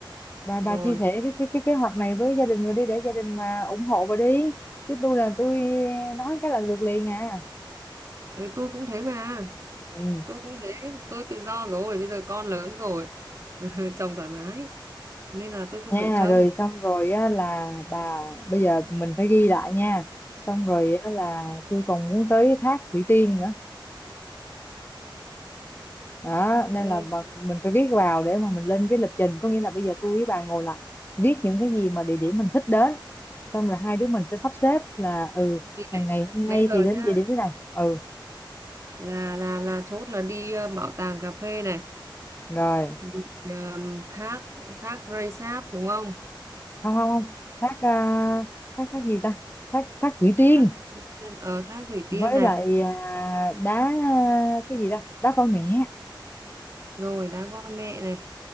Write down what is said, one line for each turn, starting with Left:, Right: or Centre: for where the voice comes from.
Left: bà bà
Right: Rồi,
Left: chia sẻ cái cái cái kế hoạch này với gia đình rồi đi để gia đình mà ủng hộ bà đi chứ tôi là tôi nói cái là lượt liền à
Right: ừ, tôi cũng thế mà.
Left: ừ
Right: Tôi cũng thế, tôi tự do rồi, bây giờ con lớn rồi. <laughs> Chồng thoải mái nên là tôi không
Left: nha
Right: phải trông.
Left: rồi xong rồi á là bà bây giờ mình phải ghi lại nha xong rồi á là tôi còn muốn tới thác Thủy Tiên nữa đó nên
Right: Ừ,
Left: là bà, mình phải viết vào để mà mình lên cái lịch trình có nghĩa là bây giờ tôi với bà ngồi lại viết những cái gì mà địa điểm mình thích đến xong rồi hai đứa mình sẽ sắp xếp là ừ
Right: thì
Left: à,
Right: nãy,
Left: ngày hôm
Right: nãy
Left: nay
Right: giờ
Left: thì đến
Right: nhá,
Left: địa điểm thế này ừ
Right: là là là chốt là đi ờ, bảo tàng cà phê này,
Left: rồi
Right: rồi, ờm, thác thác Rây Sáp đúng không?
Left: không không không thác à, thác thác gì ta thác thác Thủy Tiên
Right: Thác ở thác Thủy Tiên
Left: với
Right: này,
Left: lại à, đá à, cái gì ta đá voi mẹ
Right: rồi đá voi mẹ này.